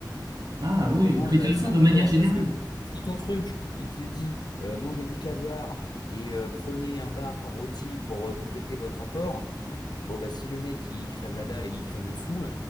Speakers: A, on the right; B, on the left.
A: Ah oui,
B: comment
A: non,
B: j'avais
A: mais de toute
B: fait
A: façon
B: un
A: de manière
B: apport.
A: générale.
B: Parce que si ton truc, il te dit euh, mangez du caviar et euh, prenez un bar rôti pour euh, compléter votre apport, bon bah si le mec il crève la dalle et il crève le sou,